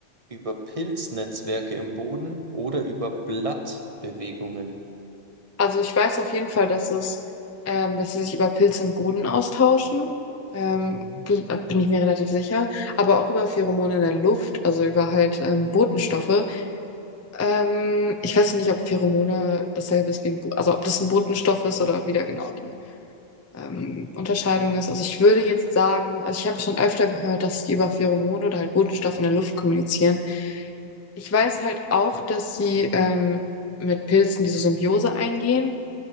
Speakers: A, on the right; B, on the left.
A: über Pilznetzwerke im Boden oder über Blattbewegungen?
B: also ich weiß auf jeden Fall, dass es, ähm, dass sie sich über Pilze im Boden austauschen. Ähm,
A: Mhm.
B: gl- äh, bin ich mir relativ sicher. Aber auch über Pheromone in der Luft, also über halt ähm, Botenstoffe. Ähm, ich weiß nicht, ob Pheromone dasselbe ist wie ein, Bo also ob das ein Botenstoff ist oder wieder genau die ähm, Unterscheidung ist. Also ich würde jetzt sagen, also ich habe schon öfter gehört, dass die über Pheromone oder halt Botenstoffe in der Luft kommunizieren. Ich weiß halt auch, dass sie ähm, mit Pilzen diese Symbiose eingehen.